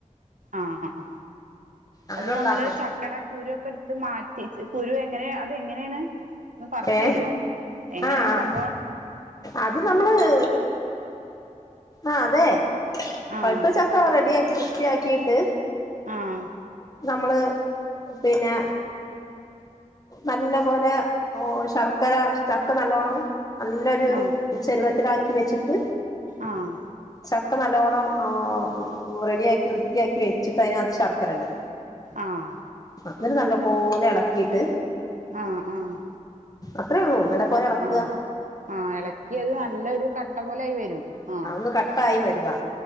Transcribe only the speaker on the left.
അങ്ങനെ
ഉണ്ടാക്കണം
ഏ
ആഹ് ആഹ്
അത് നമ്മള് ആഹ് അതെ
പഴുത്ത ച ക്ക റെഡിയാക്കി വൃത്തിയാക്കിട്ട്
നമ്മള് പിന്നേ നല്ല പോലെ ഓ ശർക്കര ചക്ക നല്ലോണം നല്ലൊരു
ചെരുവത്തിലാക്കി വെച്ച്ട്ട്
ചക്ക നല്ലോണ്ണം ആഹ് റെഡിയാക്കി വൃത്തിയാക്കി വെച്ചിട്ട് അയ്നകത് ശർക്കര ഇടാ
അഹ് ന്നട്ട് നല്ല പോലെ എളക്കിയിട്ട്
അത്രെ ഒള്ളൂ നല്ല പോലെ എളക്കാ
അത് കട്ടായി വരുവാ